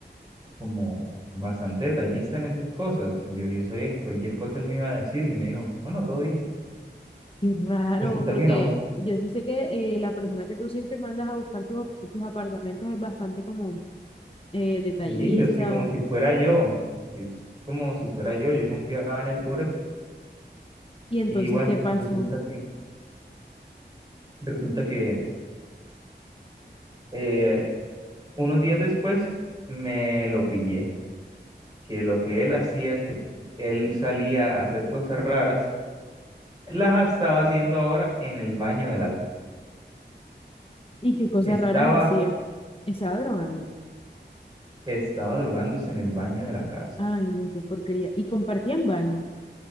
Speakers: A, on the right (about 25°); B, on the left (about 30°).
A: como bastante detallista en esas cosas. Yo, yo sabía que cualquier cosa él me iba a decir y me dijo, bueno, todo bien.
B: Y Raro,
A: Resulta
B: porque
A: que no,
B: yo sí sé que eh, la persona que tú siempre mandas a buscar tus tus apartamentos es bastante como eh, detallista.
A: sí, o sea, como si fuera yo, yo- como si fuera yo, yo confiaba en él por eso.
B: Y entonces,
A: Y bueno,
B: ¿qué pasó?
A: resulta que, resulta que eh, Unos días después me lo pillé, que lo que él hacía, que él salía a hacer cosas raras, las estaba haciendo ahora en el baño de la
B: ¿Y qué cosas
A: Estaba,
B: raras hacía? Estaba drogándose.
A: estaba drogándose en el baño de la casa.
B: Ay, no, qué porquería. Y compartían baño.